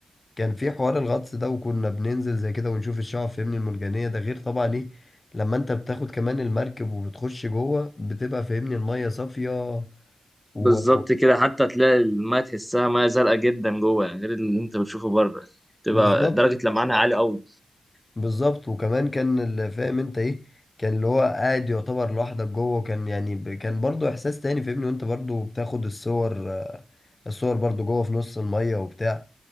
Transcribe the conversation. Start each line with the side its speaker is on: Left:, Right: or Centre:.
Left: كان فيه حوار الغطس ده وكنا بننزل زي كده ونشوف الشعاب فاهمني المرجانية ده غير طبعا ايه لما انت بتاخد كمان المركب وبتخش جوه بتبقى فاهمني المية صافية و...
Centre: بالظبط
Left: و...
Centre: كده حتى تلاقي الماء تحسها مياه زرقاء جدا جوه يعني غير اللي أنت بتشوفه بره تبقى
Left: بالظبط
Centre: درجة لمعانها عالية أوي
Left: بالظبط وكمان كان اللي فاهم انت ايه كان اللي هو قاعد يعتبر لوحدك جوه وكان يعني ب- كان برضو احساس تاني فاهمني وانت برضو بتاخد الصور آه، الصور برضو جوه في نص المية وبتاع